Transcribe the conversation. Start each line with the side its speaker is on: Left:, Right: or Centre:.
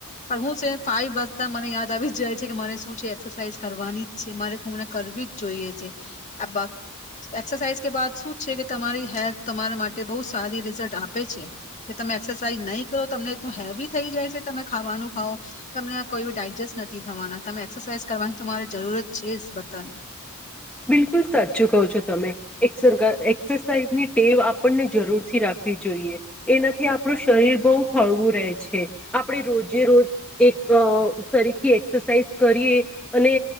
Left: પણ હું છે ફાઈવ બજતા મને યાદ દ આવી જાય છે કે મારે શું છે એક્સરસાઇઝ કરવાની જ છે, મારે શું મને કરવી જ જોઈએ છે, આ એક્સરસાઇઝ કે બાદ શું છે કે તમારી હેલ્થ તમારા માટે બહુ સારી રિઝલ્ટ આપે છે, કે તમે એક્સરસાાઈઝ નહીં કરો તમને તો હેવી થઈ જાય છે તમે ખાવાનું ખાવ તમને આ કોઈ બી ડાયજેસ્ટ નથી થવાના તમે એક્સરસાઇઝ કરવાની તમારે જરૂરત છે જ બધાને.
Centre: બિલકુલ સાચું કહો છો તમે એ એક્સરસાઇઝની ટેવ આપણને જરૂરથી રાખવી જોઈએ, એનાથી આપણું શરીર બહુ હળવું રહે છે, આપણે રોજે રોજ એક તરીકે એક્સરસાઇઝ કરીએ અને